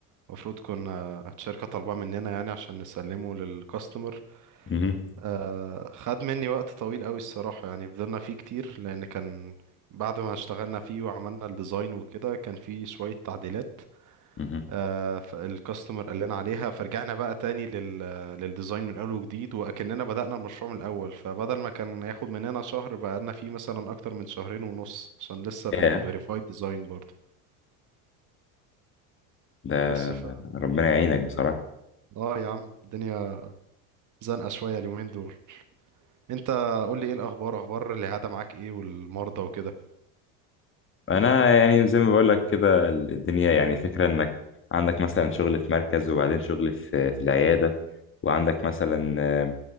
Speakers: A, on the right (about 45°); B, on the left (about 25°).
A: المفروض كنا الشركة طالباه مننا يعني عشان نسلمه للكاستمر
B: مهم.
A: آه، خد مني وقت طويل قوي الصراحة يعني فضلنا فيه كتير لأن كان بعد ما اشتغلنا فيه وعملنا الديزاين وكده كان فيه شوية تعديلات
B: مهم.
A: آه، فالكاستمر قال لنا عليها فرجعنا بقى تاني لل للديزاين من أول وجديد وأكننا بدأنا المشروع من الأول فبدل ما كان ياخد مننا شهر بقالنا فيه مثلا أكتر من شهرين ونص عشان لسه بنفيريفاي
B: ياه
A: ديزاين برضه
B: ده
A: بس ف
B: ربنا يعينك بصراحة
A: اه يا عم الدنيا زنقة شوية اليومين دول انت قول لي ايه الأخبار أخبار العيادة معاك ايه والمرضى وكده
B: أنا يعني زي ما بقولك كده ال- الدنيا يعني الفكرة إنك عندك مثلا شغل في مركز وبعدين شغل في في العيادة وعندك مثلا آه،